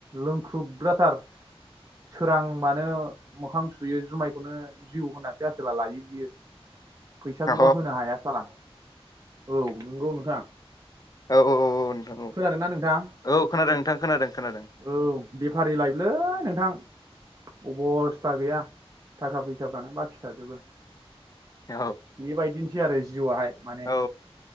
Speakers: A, on the right; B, on the left.
A: लोंख्रुबग्राथार। सोरांबानो मोखां सुयो जुमायखौनो जिउ होननानैसो आसला लायो बियो। फैसाखौबा
B: अ
A: होनो हाया सला औ नंगौ नोंथां।
B: औ औ औ औ नोंथां औ
A: खोनादोंना नोंथां
B: औ खोनादों नोंथां खोनादों खोनादों।
A: औ बेफारि लायलै नोंथां अबस्था गैया। थाखा फैसााबानो बाखि थाजोबो
B: औ
A: बेबायदिनोसै आरो जिआहाय। माने
B: औ